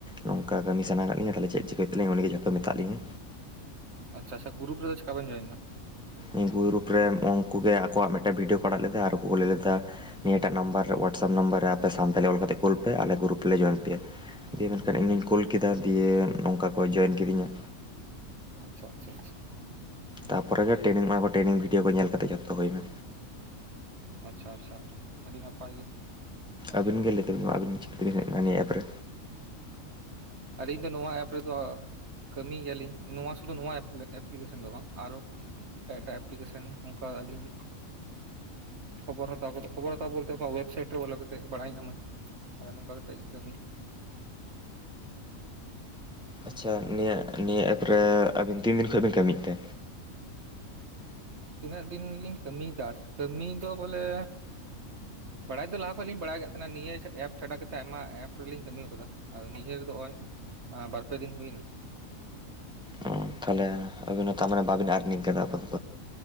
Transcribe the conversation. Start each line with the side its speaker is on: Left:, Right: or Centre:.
Centre: ᱱᱚᱝᱠᱟ ᱠᱟᱢᱤ ᱥᱟᱱᱟ ᱠᱟᱜ ᱞᱤᱧᱟ ᱛᱟᱦᱞᱮ ᱪᱮᱜ ᱪᱤᱠᱟ ᱦᱩᱭᱩᱜ ᱛᱟᱞᱤᱧᱟ ᱩᱱᱤ ᱜᱮ ᱡᱷᱚᱛᱚ ᱢᱮᱟᱜ ᱞᱤᱧᱟᱹ
Right: ᱟᱪᱪᱷᱟ ᱪᱷᱟ ᱜᱩᱨᱩᱯ ᱨᱮ ᱪᱤᱠᱟ ᱵᱮᱱ ᱡᱚᱭᱮᱱ ᱱᱟ?
Centre: ᱩᱱᱠᱩ ᱜᱩᱨᱩᱯ ᱨᱮ ᱩᱱᱠᱩ ᱜᱮ ᱟᱠᱚᱣᱟᱜ ᱢᱤᱫ ᱴᱮᱱ ᱵᱷᱤᱰᱭᱳ ᱠᱚ ᱟᱲᱟᱜ ᱞᱮᱫᱟ ᱟᱨ ᱠᱚ ᱞᱟᱹᱭ ᱞᱮᱫᱟ᱾ ᱱᱤᱭᱟᱹᱴᱟᱜ ᱱᱟᱢᱵᱟᱨ ᱨᱮᱳᱣᱟᱴᱥᱮᱯ ᱱᱟᱢᱵᱟᱨ ᱨᱮ ᱟᱯᱮ ᱥᱟᱱᱛᱟᱞᱤ ᱚᱞ ᱠᱟᱛᱮ ᱠᱩᱞ ᱯᱮ ᱟᱞᱮ ᱜᱩᱨᱩᱯ ᱨᱮ ᱞᱮ ᱡᱚᱭᱮᱱ ᱯᱮᱭᱟ᱾ ᱫᱤᱭᱮ ᱢᱮᱱᱠᱷᱟᱱ ᱤᱧᱤᱧ ᱠᱳᱩᱞ ᱠᱮᱫᱟ ᱫᱤᱭᱮ ᱱᱚᱝᱠᱟ ᱠᱚ ᱡᱚᱭᱮᱱ ᱠᱤᱫᱤᱧᱟ᱾
Right: ᱟᱪᱪᱷᱟ ᱟᱪᱪᱷᱟ ᱟᱪᱷᱟ,
Centre: ᱛᱟᱯᱚ ᱨᱮ ᱜᱮ ᱴᱮᱱᱤᱝ ᱚᱜ-ᱟ ᱠᱚ ᱴᱨᱮᱱᱤᱝ ᱵᱷᱤᱭᱳ ᱠᱚ ᱧᱮᱞ ᱠᱟᱛᱮ ᱡᱚᱛᱚ ᱦᱩᱭᱱᱟ᱾
Right: ᱟᱪᱪᱷᱟ ᱟᱪᱪᱷᱟ ᱟᱹᱰᱤ ᱱᱟᱯᱟᱭ ᱜᱮ᱾
Centre: ᱟᱹᱵᱤᱱ ᱜᱮ ᱞᱟᱹᱭ ᱛᱟᱹᱵᱤᱱ ᱢᱟ ᱟᱹᱵᱤᱱ ᱪᱤᱠᱟᱹ ᱛᱮᱵᱤᱱ ᱦᱮᱡ ᱮᱱᱟ ᱱᱤᱭᱟᱹ ᱮᱯ ᱨᱮ
Right: ᱟᱹᱞᱤᱧ ᱫᱚ ᱱᱚᱣᱟ ᱮᱯ ᱨᱮᱫᱚ, ᱠᱟᱹᱢᱤ ᱭᱟᱞᱤᱧ ᱱᱚᱣᱟ ᱥᱩᱫᱷᱩ ᱱᱚᱣᱟ ᱮᱯᱞᱤᱠᱮᱥᱚᱱ ᱫᱚ ᱵᱟᱝ ᱟᱨᱚ ᱮᱴᱟᱜ ᱮᱴᱟᱜ ᱮᱯᱞᱤᱠᱮᱥᱚᱱ ᱚᱱᱠᱟ ᱟᱹᱞᱤᱧ, ᱠᱷᱚᱵᱚᱨ ᱦᱟᱛᱟᱣ ᱠᱟᱛᱮ ᱠᱷᱚᱵᱚᱨ ᱦᱟᱛᱟᱣ ᱵᱚᱞᱛᱮ ᱚᱠᱟ ᱳᱭᱮᱵᱥᱟᱭᱤᱴ ᱨᱮ ᱵᱚᱞᱚ ᱠᱟᱛᱮ ᱵᱟᱲᱟᱭ ᱧᱟᱢ-ᱤᱧ᱾ ᱟᱫᱚ ᱱᱚᱝᱠᱟ ᱠᱟᱛᱮᱜ ᱜᱮ ᱠᱟᱹᱢᱤ
Centre: ᱟᱪᱪᱷᱟ ᱱᱤᱭᱟᱹ ᱱᱤᱭᱟᱹ ᱮᱯ ᱨᱮ ᱟᱹᱵᱤᱱ ᱛᱤᱱ ᱫᱤᱱ ᱠᱷᱚᱱ ᱵᱤᱱ ᱠᱟᱹᱢᱤ ᱭᱮᱫ ᱛᱮ,
Right: ᱤᱱᱟᱹᱜ ᱫᱤᱱ ᱜᱮᱞᱤᱧ ᱠᱟᱹᱢᱤ ᱭᱮᱫᱟ ᱠᱟᱹᱢᱤ ᱫᱚ ᱵᱚᱞᱮ, ᱵᱟᱲᱟᱭ ᱫᱚ ᱞᱟᱦᱟ ᱠᱷᱚᱡ ᱞᱤᱧ ᱵᱟᱲᱟᱭ ᱟᱠᱟᱫ ᱛᱟᱦᱮᱱᱟ ᱱᱤᱭᱟᱹ ᱮᱯ ᱪᱷᱟᱰᱟ ᱠᱟᱛᱮᱫ ᱟᱭᱢᱟ ᱮᱯ ᱨᱮᱞᱤᱧ ᱠᱟᱹᱢᱤ ᱟᱠᱟᱫᱟ᱾ ᱟᱫᱚ ᱱᱤᱡᱮᱨ ᱫᱚ ᱱᱚᱜᱚᱭ ᱵᱟᱨᱯᱮ ᱫᱤᱱ ᱦᱩᱭ ᱮᱱᱟ᱾
Centre: ᱚ ᱛᱟᱦᱚᱞᱮ, ᱤᱱᱟᱹ ᱛᱟᱨ ᱢᱟᱱᱮ ᱵᱟᱵᱤᱱ ᱟᱨᱤᱝ ᱠᱟᱫᱟ ᱛᱚ᱾